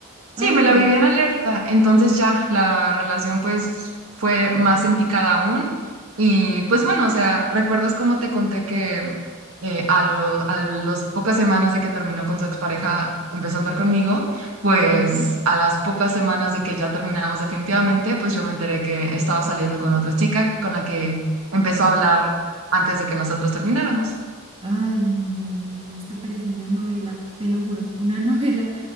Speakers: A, on the right; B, on the right.
A: Sí,
B: Ay,
A: me la viví en alerta, entonces ya la relación pues fue más en picada aún y pues bueno, o sea, ¿recuerdas cómo te conté que eh, a, lo- a las pocas semanas de que terminó con su expareja empezó a andar conmigo? Pues
B: sí.
A: a las pocas semanas de que ya terminamos definitivamente, pues yo me enteré que estaba saliendo con otra chica con la que empezó a hablar antes de que nosotros termináramos.
B: Ay, no, no, no, esto parece una novela, te lo juro, una <laughs> novela.